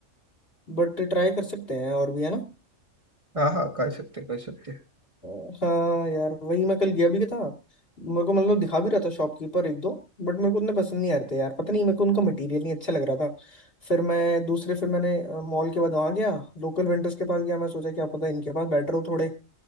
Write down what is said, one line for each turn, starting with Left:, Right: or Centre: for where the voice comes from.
Left: बट ट्राई कर सकते हैं और भी है ना
Right: हाँ हाँ कर सकते कर सकते
Left: हाँ यार वही मैं कल गया भी था मेरे को मतलब दिखा भी रहा था शॉपकीपर एक दो बट मेरे को उतने पसंद नहीं आ रहे थे यार पता नहीं मेरे को उनका मटेरियल नहीं अच्छा लग रहा था फिर मैं दूसरे फिर मैंने मॉल के बाद वहाँ गया लोकल वेंडर्स के पास गया मैं सोचा क्या पता इनके पास बेटर हो थोड़े